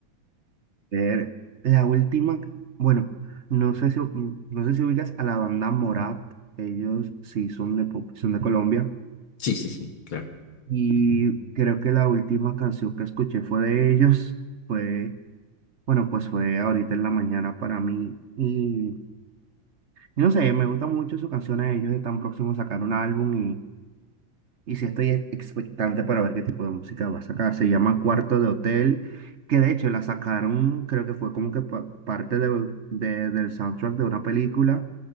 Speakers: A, on the right; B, on the left.
A: Ver, la última, bueno, no sé si, u- no sé si ubicas a la banda Morat. Ellos sí son de, Pop- son de Colombia.
B: Sí, sí, sí, claro.
A: Y creo que la última canción que escuché fue de ellos. Fue, bueno, pues fue ahorita en la mañana para mí. Y, y no sé, me gusta mucho su canción a ellos. Están próximos a sacar un álbum Y sí estoy ex- expectante para ver qué tipo de música va a sacar. Se llama Cuarto de Hotel, que de hecho la sacaron, creo que fue como que pa- parte de- de- del soundtrack de una película,